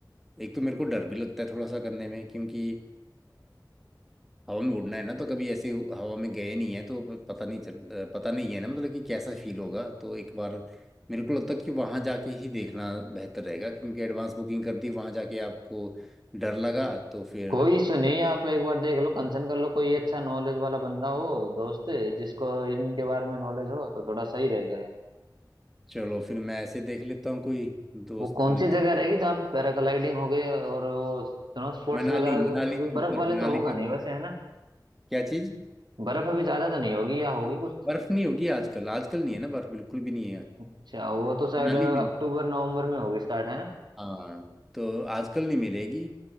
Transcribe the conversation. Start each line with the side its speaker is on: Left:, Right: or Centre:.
Centre: एक तो मेरे को डर भी लगता है थोड़ा सा करने में क्योंकि हवा में उड़ना है ना तो कभी ऐसे हवा में गए नहीं है तो प- पता नहीं चल अ, पता नहीं है ना मतलब कि कैसा फील होगा तो एक बार मेरे को लगता है कि वहां जाके ही देखना बेहतर रहेगा क्योंकि एडवांस बुकिंग कर दी वहां जाके आपको डर लगा तो फिर
Right: कोई इशू नहीं है, आप एक बार देख लो कंसर्न कर लो कोई अच्छा नॉलेज वाला बंदा हो दोस्त जिसको इनके बारे में नॉलेज हो तो थोड़ा सही रहेगा यार
Centre: चलो फिर मैं ऐसे देख लेता हूँ कोई दोस्त
Right: वो कौन
Centre: मित्र
Right: सी जगह रहेगी जहाँ पे पैराग्लाइडिंग हो गए और वो स्नो स्पोर्ट्स
Centre: मनाली
Right: वगैरह
Centre: मनाली
Right: अभी
Centre: के
Right: बर्फ
Centre: ऊपर
Right: वाले
Centre: मनाली
Right: तो होगा
Centre: के
Right: नहीं
Centre: ऊपर
Right: वैसे
Centre: है।
Right: है ना
Centre: क्या चीज
Right: बर्फ अभी ज्यादा तो नहीं होगी या होगी कुछ
Centre: बर्फ नहीं होगी आजकल आजकल नहीं है ना बर्फ बिल्कुल भी नहीं है
Right: अच्छा, वो तो शायद
Centre: मनाली
Right: अक्टूबर
Centre: में नहीं
Right: नवंबर में होगी स्टार्ट है ना
Centre: हाँ तो आजकल नहीं मिलेगी